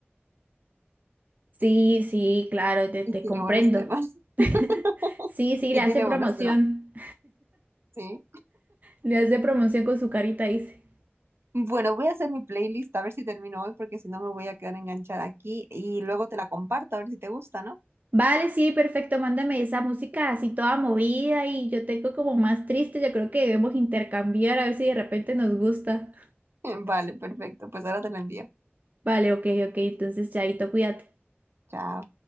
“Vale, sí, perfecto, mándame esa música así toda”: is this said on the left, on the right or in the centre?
Right